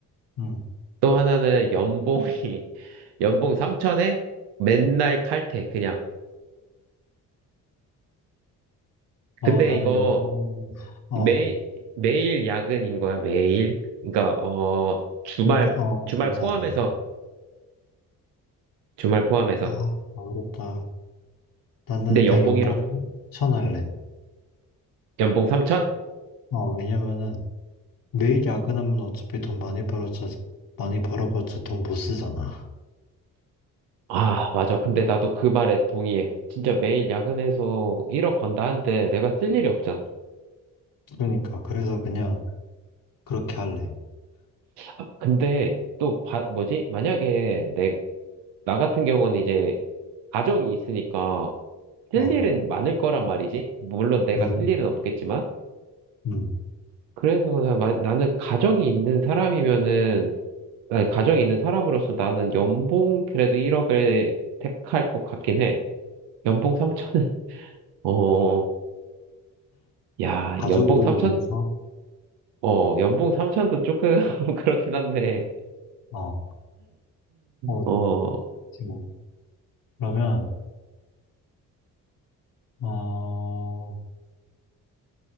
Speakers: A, on the left; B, on the right.
A: 음.
B: 또 하나는 연봉이, <laughs> 연봉 3천에 맨날 칼퇴, 그냥.
A: 어,
B: 근데
A: 나는
B: 이거,
A: 요번, 어,
B: 매, 매일 야근인 거야, 매일? 그러니까, 어, 주말,
A: 그러니까 어
B: 주말
A: 뭔지
B: 포함해서,
A: 알아.
B: 주말 포함해서.
A: 아 어렵다. 나는
B: 근데
A: 그냥
B: 연봉
A: 연봉
B: 1억,
A: 천할래.
B: 연봉 3천?
A: 어 왜냐면은 매일 야근하면 어차피 돈 많이 벌어져 많이 벌어봤자 돈 못 쓰잖아.
B: 아, 맞아. 근데 나도 그 말에 동의해. 진짜 매일 야근해서 1억 번다 한데 내가 쓸 일이 없잖아.
A: 그러니까 그래서 그냥 그렇게 할래.
B: 아, 근데 또, 바, 뭐지? 만약에 내, 나 같은 경우는 이제 가정이 있으니까 쓸
A: 어,
B: 일은 많을 거란 말이지. 물론 내가
A: 음,
B: 쓸 일은 없겠지만.
A: 음.
B: 그래서 나, 마- 나는 가정이 있는 사람이면은 아니, 가정이 있는 사람으로서 나는 연봉 그래도 1억을 택할 것 같긴 해. 연봉 3천은, <laughs> 어, 야,
A: 가족을
B: 연봉 3천,
A: 위해서
B: 어, 연봉 3천도 조금 <laughs> 그렇긴 한데,
A: 어, 어,
B: 어,
A: 지금 뭐. 그러면 어